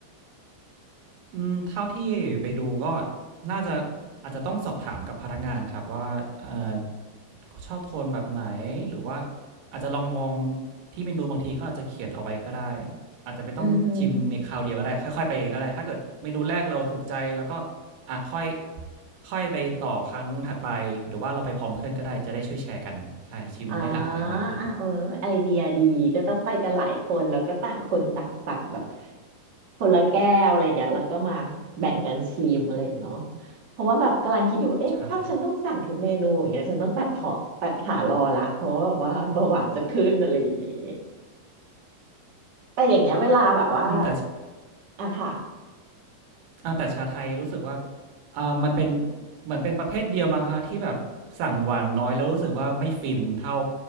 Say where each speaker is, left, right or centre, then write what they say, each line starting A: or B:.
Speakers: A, on the right (about 85°); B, on the right (about 40°).
A: อืมเท่าที่ไปดูก็น่าจะอาจจะต้องสอบถามกับพนักงานครับว่าเอ่อชอบโทนแบบไหนหรือว่าอาจจะลองมองที่เมนูบางทีเขาอาจจะเขียนเอาไว้ก็ได้อาจจะไม่ต้องชิมในคราวเดียวก็ได้ค่อยๆไปก็ได้ถ้าเกิดเมนูแรกเราถูกใจแล้วก็
B: อือหือ
A: อะค่อยค่อยไปต่อครั้งถัดไปหรือว่าเราไปพร้อมเพื่อนก็ได้จะได้ช่วยแชร์กันใช่ชิมได้หลากหลายมากขึ้น
B: อ๋ออ่ะเออไอเดียดีก็ต้องไปกันหลายคนแล้วก็ต่างคนต่างสั่งแบบคนละแก้วอะไรอย่างเงี้ยแล้วก็มาแบ่งกันชิมอะไรอย่างเงี้ยเนาะเพราะว่าแบบกำลังคิดอยู่เอ๊ะถ้าฉันต้องสั่งทุกเมนูอย่างเงี้ยฉันต้องตัดขอตัดขารอละเพราะว่าแบบว่าเบาหวานจะขึ้นอะไรอย่างเงี้ย
A: ใช่
B: แต่อย่างเงี้ยเวลาแบบว่า
A: อืมแต่ช
B: อ่ะค่ะ
A: อาแต่ชาไทยรู้สึกว่าอ่ามันเป็นเหมือนเป็นประเภทเดียวมั้งคะที่แบบสั่งหวานน้อยแล้วรู้สึกว่าไม่ฟินเท่า